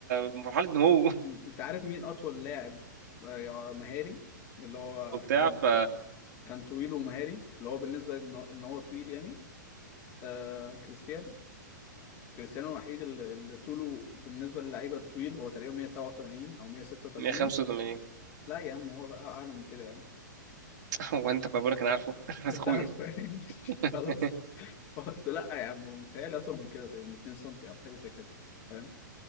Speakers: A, on the right; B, on the left.
A: في مرحله نمو
B: انت عارف مين اطول لاعب آه، يا مهاري اللي هو
A: وبتاع
B: كان
A: ف
B: كان طويل ومهاري اللي هو بالنسبه ان هو إن هو طويل يعني آه كريستيانو كريستيانو الوحيد اللي اللي طوله بالنسبه للعيبه الطويل هو تقريبا 187 او 186
A: 185
B: لا يا عم هو بقى اعلى من كده يعني
A: <laughs> هو انت بقول لك انا عارفه <laughs> بس
B: انت
A: اخويا
B: عارف يعني <laughs> مش-
A: <laughs>
B: خلاص
A: ده
B: قلت لا يا عم هو متهيألي اطول من كده تقريبا 2 سم او حاجه زي كده فاهم